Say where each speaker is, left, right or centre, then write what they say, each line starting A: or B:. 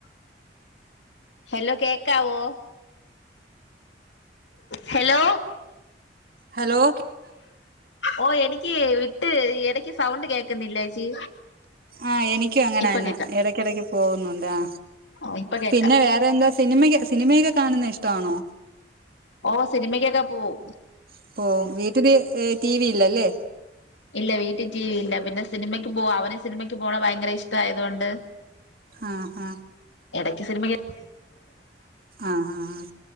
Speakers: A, on the left; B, on the right.
A: ഹലൊ. കേക്കാവോ ഹലോ.
B: ഹലൊ.
A: ഓ എനിക്ക് വിട്ട് എടക്ക് സൗണ്ട് കേക്കുന്നില്ലേച്ചി.
B: ആ എനിക്കും അങ്ങനാ
A: ഇപ്പൊ
B: ന്നാ
A: കേക്കാം
B: എടക്കെടക്ക് പോവുന്നുണ്ട് ആ.
A: ഓ ഇപ്പൊ കേക്കാം
B: പിന്നെ വേറെ അതെന്താ സിനിമ സിനിമയക്കെ കാണുന്നത് ഇഷ്ട്വാണോ.
A: ഓ സിനിമയ്ക്കൊക്കെ പോവും.
B: അപ്പോ വീട്ടില് ടി വി ഇല്ലല്ലെ.
A: ഇല്ല വീട്ടി ടി വി ഇല്ല. പിന്നെ സിനിമയ്ക്ക് പോവാ അവന് സിനിമയ്ക്ക് പോണ ഭയങ്കര ഇഷ്ടായതുകൊണ്ട്.
B: ആഹ് ഹ
A: എടക്ക് സിനിമക്ക് <inaudible>
B: ആഹ് ആഹ്